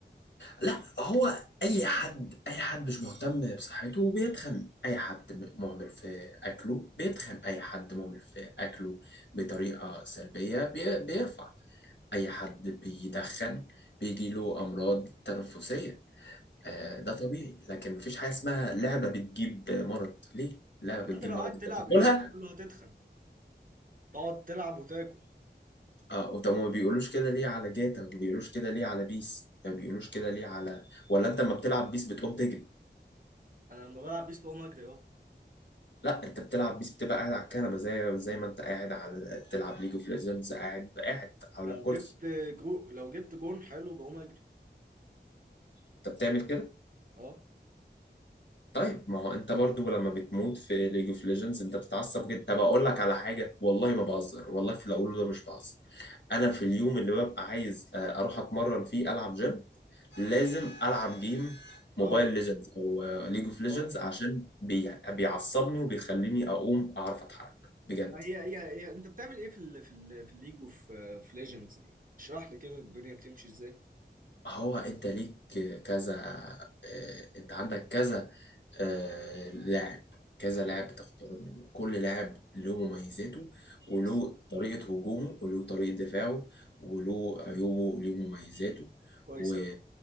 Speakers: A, on the left; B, on the right.
A: لا هو اي حد اي حد مش مهتم بصحته بيتخن اي حد م- مهمل في اكله بيتخن اي حد مهمل في اكله بطريقة سلبية بي- بيرفع اي حد بيدخن بيجيله امراض تنفسية
B: اه
A: آه ده طبيعي لكن مفيش حاجة اسمها لعبة بتجيب مرض ليه لعبة
B: طب ما
A: بتجيب
B: انت لو
A: مرض
B: قعدت
A: انت
B: تلعب
A: بتاكلها
B: اليوم كله هتتخن تقعد تلعب وتاكل
A: اه وطب ما بيقولوش كده ليه على جاتا ما بيقولوش كده ليه على بيس ما بيقولوش كده ليه على ولا انت لما بتلعب بيس بتقوم تجري
B: انا لما بلعب بيس بقوم اجري اه
A: لا انت بتلعب بيس بتبقى قاعد على الكنبه زي زي ما انت قاعد على تلعب ليج اوف ليجندز قاعد قاعد على
B: لو
A: الكرسي
B: جبت جو... لو جبت جون حلو بقوم اجري
A: انت بتعمل كده
B: اه
A: طيب ما هو انت برضو لما بتموت في ليج اوف ليجندز انت بتتعصب جدا طب اقول لك على حاجه والله ما بهزر والله في الاول ده مش بهزر انا في اليوم اللي ببقى عايز آه، اروح اتمرن فيه العب جيم لازم العب جيم موبايل
B: اه
A: ليجندز او ليج اوف ليجندز
B: اه
A: عشان بي... بيعصبني وبيخليني اقوم اعرف اتحرك بجد
B: هي هي هي انت بتعمل ايه في ال في ال في الليج وفي في ليجندز دي اشرح لي كده الدنيا بتمشي ازاي
A: هو انت ليك كذا آه، انت عندك كذا آه، لاعب كذا
B: اه
A: لاعب بتختار منه كل لاعب له مميزاته
B: كويس
A: وله طريقة هجومه وله طريقة دفاعه وله عيوبه وله مميزاته
B: كويس
A: و...
B: قوي